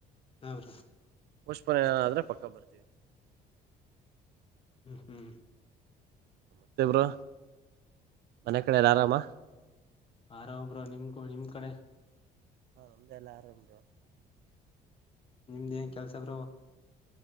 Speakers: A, on the left; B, on the right.
A: ಹಾ ಬ್ರೋ
B: ಪೋಸ್ಟ್ ಮೆನ್ ಆದ್ರೆ ಪಕ್ಕ ಬರ್ತೀವಿ
A: ಹ್ಮ್ ಹ್ಮ್
B: ಮತ್ತೇನು ಬ್ರೋ ಮನೆ ಕಡೆಲ್ಲ ಆರಾಮ
A: ಆರಾಮ್ ಬ್ರೋ ನಿಮ್ ನಿಮ್ ಕಡೆ
B: ಒಂದೆಲ್ಲ ಆರಂಭ್ರ
A: ನಿಮ್ದ ಏನ್ ಕೆಲಸ ಬ್ರೋ.